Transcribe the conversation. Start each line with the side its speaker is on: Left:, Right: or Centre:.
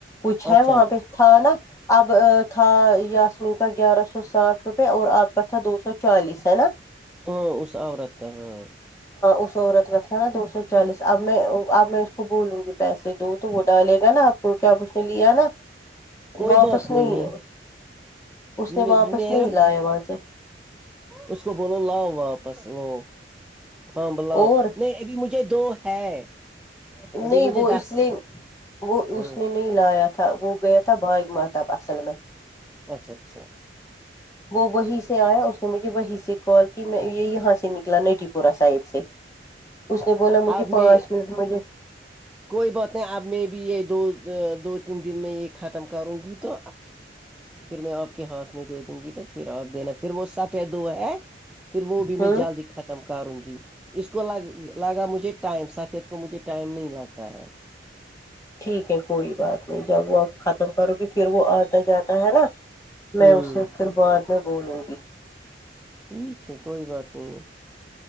Left: کچھ ہے
Centre: اچھا
Left: وہاں پہ تھا نا اب تھا یاسمین کا گیارہ سو ساٹھ روپئے اور آپ کا تھا دو سو چالیس ہے نا
Centre: ہاں اس عورت کا ہاں
Left: اس عورت کا تھا نا دو سو اب میں اب میں اس کو بولوں گی پیسے دووں تو وہ ڈالے گا نا آپ کو کیا اب اس نے لیا نا
Centre: کوئی
Left: واپس
Centre: بات
Left: نہیں
Centre: ہے
Left: اس نے
Centre: می-
Left: واپس
Centre: میرا
Left: نہیں لایا وہاں سے
Centre: اس کو بولو لاؤ واپس وہ ہاں ب لؤ
Left: اور
Centre: نہیں بھی مجھے دو ہے
Left: نہیں
Centre: ابھی مجھے
Left: وہ
Centre: دس
Left: اس لیے وہ
Centre: ہوں
Left: اس نے نہیں لایا تھا وہ گیا تھا باگ ماتا اصل میں
Centre: اچھا اچھا
Left: وہ وہیں سے آیا اس نے مجھے وہیں سے کال کی میں یہ یہاں سے نکلا نٹھی پورہ سائڈ سے اس نے بولا مجھے
Centre: آپ
Left: پانچ
Centre: میں
Left: منٹ مجھے
Centre: کوئی بات نہیں اب میں بھی یہ دو دو تین دن میں یہی ختم کروں گی تو پھر میں آپ کے ہاتھ میں دے دوں گی تو پھر آپ دینا پھر وہ سفید دو ہے پھر وہ بھی
Left: ہوں
Centre: میں جال دکھا تھا تمکاروں گی اس کو لگا مجھے ٹائم سفید کو مجھے ٹائم نہیں لگتا ہے
Left: ٹھیک ہے کوئی بات نہیں جب وہ آپ ختم کرو گی پھر وہ آتا جاتا ہے نا میں
Centre: ہوں
Left: اسے پھر بعد میں بولوں گی
Centre: ٹھیک ہے کوئی بات نہیں